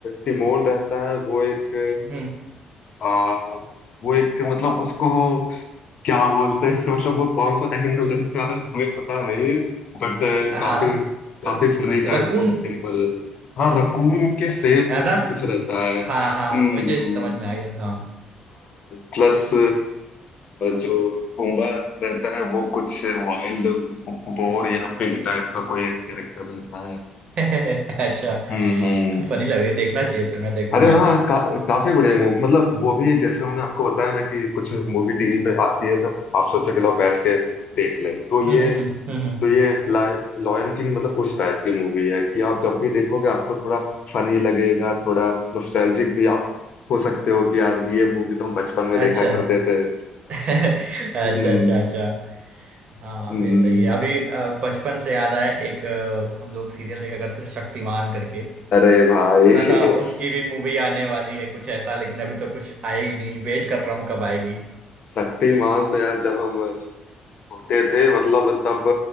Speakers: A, on the left; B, on the right.
A: टिमोन रहता है वो एक
B: हम्म
A: आ, वो एक मतलब उसको क्या बोलते हैं <laughs> मतलब वो कौन सा एनिमल रहता है हमें पता नहीं बट
B: हाँ
A: काफी काफी फनी टाइप
B: रकून
A: का एनिमल रहता है हाँ रकून के शेप
B: है
A: का
B: ना
A: भी कुछ रहता है हम्म
B: हाँ हाँ हाँ मुझे समझ में आ गया हाँ
A: प्लस जो पूंगा रहता है वो कुछ वाइल्ड बोर या पिग टाइप का कोई एक कैरेक्टर रहता है
B: <laughs> अच्छा
A: हम्म हम्म
B: फनी लग रही है, देखना चाहिए फिर मैं देखूंगा
A: अरे हाँ
B: इसको
A: का, काफी बढ़िया मूवी मतलब वो भी जैसे हमने आपको बताया ना कि कुछ मूवी टीवी पे आती है तो आप सोचो कि लो बैठ के देख ले तो
B: हम्म
A: ये
B: हम्म हम्म हम्म, हम्म।
A: तो ये लॉयन किंग मतलब उस टाइप की मूवी है कि आप जब भी देखोगे आपको थोड़ा फनी लगेगा थोड़ा नॉस्टैल्जिक भी आप हो सकते हो कि यार ये मूवी तो हम बचपन में
B: अच्छा
A: देखा करते थे
B: <laughs> अच्छा
A: हम्म
B: अच्छा अच्छा हाँ
A: हम्म,
B: फिर सही है अभी अ, बचपन से याद आया एक अ, हम लोग सीरियल देखा करते थे शक्तिमान करके
A: अरे भाई
B: सुना
A: <laughs>
B: था उसकी भी मूवी आने वाली है कुछ ऐसा लेकिन अभी तो कुछ आएगी नहीं वेट कर रहा हूँ कब आएगी
A: शक्तिमान तो यार जब हम छोटे थे मतलब तब